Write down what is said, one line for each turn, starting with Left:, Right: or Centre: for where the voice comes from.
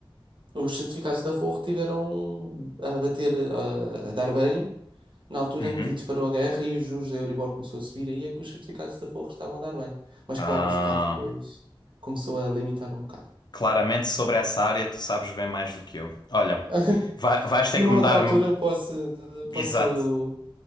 Right: Os certificados da Forro tiveram a bater, eh, a dar bem na altura
Left: Uhum.
Right: em que disparou a guerra e os juros da Euribor começou a subir, aí é que os certificados da Forro estavam a dar bem. Mas
Left: Ah,
Right: claro, o Estado depois começou a limitar um bocado.
Left: claramente sobre essa área tu sabes bem mais do que eu. Olha,
Right: <laughs>
Left: vai- vais ter
Right: Numa
Left: que me
Right: outra
Left: dar.
Right: altura eu posso,
Left: Exato,
Right: posso